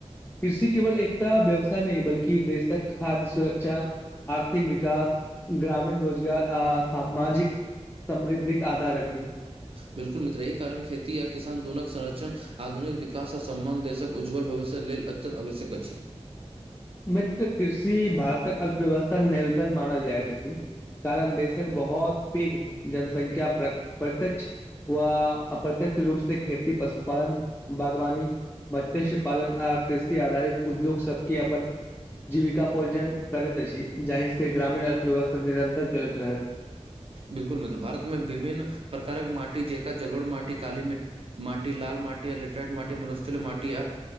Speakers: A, on the left (about 20°); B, on the right (about 55°).
A: कृषि केवल एकटा व्यवसाय नहि, बल्कि देशक खाद्य सुरक्षा आर्थिक विकास, ग्रामीण रोजगार, आ सामाजिक समृद्धिक आधार अछी।
B: बिलकुल मित्रहि कारण! खेती य किसान दुोनकक संरक्षण आधुनिक विकास, आ सम्मान देशक, उज्ज्वल भविष्य्यक लेल, अत्यन्त आवश्यक अछि।
A: मित्र कृषि, भारतक अर्थव्यवस्था के मुदन मानल जाइत रहल अछि। कारण! देशक बहुत पैघ जनसंख्या प्रत्यक्ष व अप्रत्यक्ष रूप से, खेती, पशुपालन, बागवानी। मत्स्य पालन, आ कृषि आधारित, उद्योग सबके अपन। जीविका पोर्जन करैत अछि, जहि से ग्रामीण अर्थव्यवस्था निरंतर चलैत रहत।
B: बिलकुल मित्र! भारतमे विभिन्न प्रकारक माटी, जेका जलोड़ माटी, काली मि्टी। माटी, लाल मटी, आ लेट्रेड माटी, मस मटी आ